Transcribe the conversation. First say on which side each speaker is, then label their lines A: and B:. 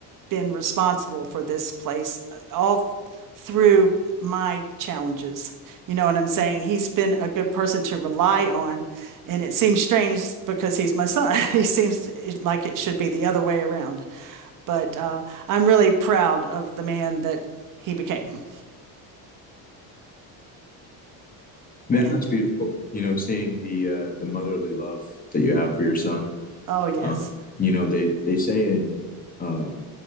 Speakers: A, on the right (about 55°); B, on the left (about 20°).
A: been responsible for this place uh, all th- through my challenges. You know what I'm saying? He's been a good person to rely on, and it seems strange because he's my son. <laughs> He seems like it should be the other way around. But uh, I'm really proud of the man that he became.
B: Man,
A: And
B: that's beautiful. You know, seeing the uh the motherly love that you have for your son.
A: oh yes,
B: Um, you know, they they say in uh